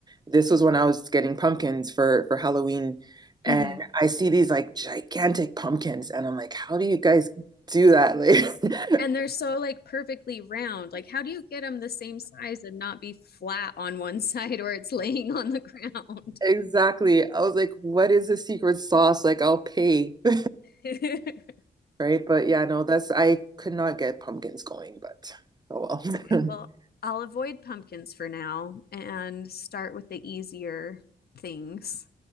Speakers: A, on the right; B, on the left.
A: this was when I was getting pumpkins for for Halloween and
B: hmm
A: I see these like gigantic pumpkins and I'm like, how do you guys do that? Like
B: And
A: <laughs>
B: they're so like perfectly round. Like, how do you get them the same size and not be flat on one <laughs> side where it's laying on the ground?
A: Exactly. I was like, what is the secret sauce? Like, I'll pay. <laughs>
B: <laughs>
A: Right. But yeah, no, that's, I could not get pumpkins going, but oh
B: Okay,
A: well.
B: well,
A: <laughs>
B: I'll avoid pumpkins for now and start with the easier things.